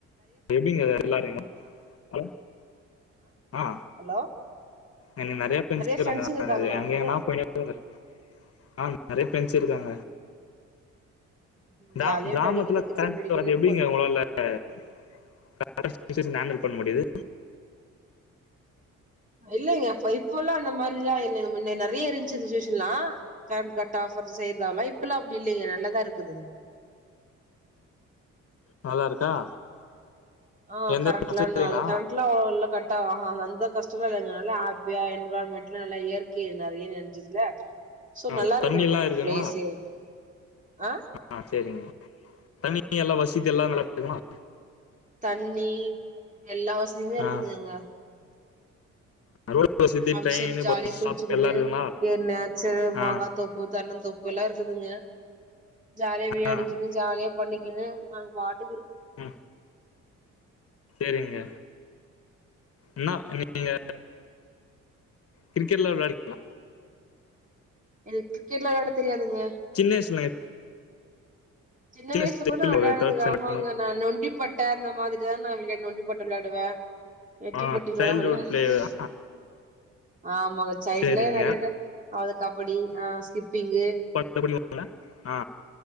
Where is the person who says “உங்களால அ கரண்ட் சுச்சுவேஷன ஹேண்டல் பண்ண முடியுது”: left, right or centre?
Left